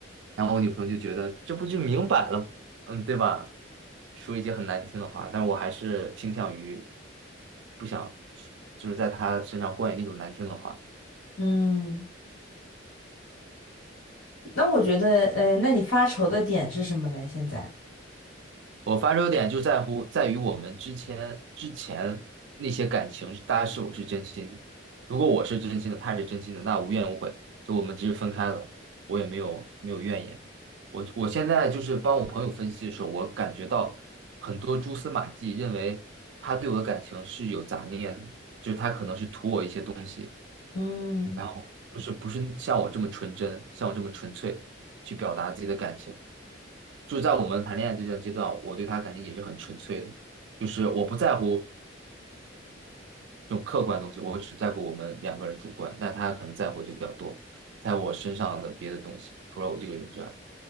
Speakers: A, on the right; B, on the left.
A: 然后我女朋友就觉得这不就明摆了，嗯，对吧？说一些很难听的话，但我还是倾向于不想，就是在她身上灌以那种难听的话。
B: 嗯那我觉得，呃，那你发愁的点是什么嘞？现在，
A: 我发愁点就在乎在于我们之前之前那些感情，大家是否是真心的？如果我是真心的，他是真心的，那无怨无悔，就我们即使分开了，我也没有没有怨言。我我现在就是帮我朋友分析的时候，我感觉到很多蛛丝马迹，认为他对我的感情是有杂念的，就是他可能是图我一些东西，
B: 嗯
A: 然后就是不是像我这么纯真，像我这么纯粹去表达自己的感情。就是在我们谈恋爱这段阶段，我对他感情也是很纯粹的，就是我不在乎这种客观的东西，我只在乎我们两个人主观，但他可能在乎就比较多，在乎我身上的别的东西，除了我这个人之外，